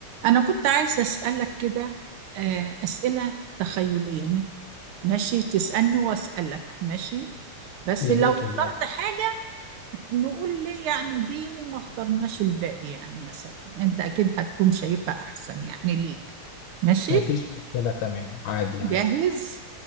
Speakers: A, on the right; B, on the left.
A: أنا كنت عايزة أسألك كده آه، أسئلة تخيلية ن- ماشي تسألني وأسألك ماشي بس
B: يا
A: لو
B: ريت
A: اخترت
B: والله
A: حاجة نقول ليه يعني دي وما اخترناش الباقي يعني مثلا أنت أكيد هتكون شايفها أحسن يعني ليك ماشي
B: ما فيش مشكلة تمام عادي
A: جاهز
B: عادي